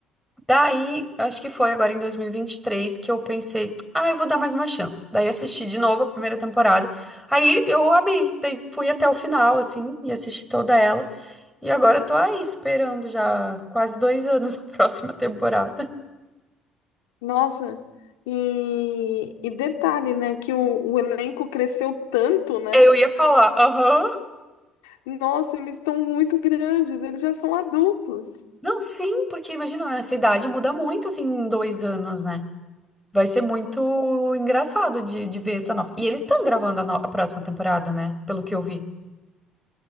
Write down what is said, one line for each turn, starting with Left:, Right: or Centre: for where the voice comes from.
Centre: Daí, acho que foi agora em dois mil e e vinte e três que eu pensei, ah, eu vou dar mais uma chance. Daí assisti de novo a primeira temporada. Aí eu amei, daí fui até o final assim e assisti toda ela. E agora eu tô aí esperando já quase dois anos a <laughs> próxima temporada.
Left: Nossa, e, e detalhe, né, que o, o elenco cresceu tanto, né?
Centre: Eu ia falar, aham.
Left: Nossa, eles estão muito grandes, eles já são adultos.
Centre: Não, sim, porque imagina, nessa idade muda muito, assim, em dois anos, né? Vai ser muito engraçado de, de ver essa nova. E eles estão gravando a, no- a próxima temporada, né? Pelo que eu vi.